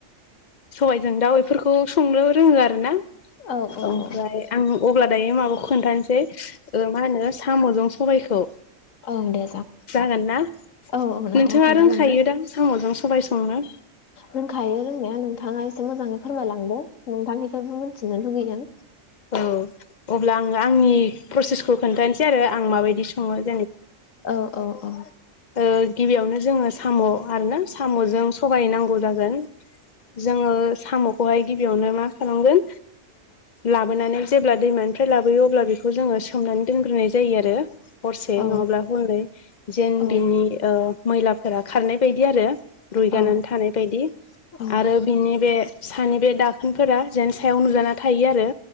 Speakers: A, on the left; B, on the left.
A: सबायाइजों दाउ बेफोरखौ संनो रोङो आरो ना
B: औ औ
A: ओमफ्राय
B: औ
A: आं अब्ला दायो माबाखौ खोन्थानोसै मा होनो साम'जों सबायखौ
B: औ दे
A: जागोन ना
B: औ औ नोंथां
A: नोंथाङा
B: खोन्थालांदो
A: रोंखायो दां साम'जों स बाय संनो
B: रोंखायो रोंनाया नोंथाङा एसे मोजाङै फोरमायलांदो नोंथांनि फ्रायबो मिथिनो लुगैयो
A: औ अब्ला आङो आंनि प्रसेसखौ खोन्थानोसै आरो आं माबायदि सङो
B: औ औ औ
A: ओ गिबियावनो जोङो साम' आरोना साम'जों सगाय नांगौ जागोन जोङो साम'खौहाय गिबियावनो मा खालामगोन लाबोनानै जेब्ला दैमानिफ्राय लाबोयो अब्ला बेखौ जोङो सोमनानै दोनग्रोनाय जायो आरो हरसे
B: औ
A: नङाब्ला हरनै जेन
B: औ
A: बिनि ओ मैलाफोरा खारनाय बायदि आरो रुइगानानै
B: औ
A: थानाय बायदि
B: औ
A: आरो बिनि बे सानि बे दाखोनफोरा जेन सायाव नुजाना थायो आरो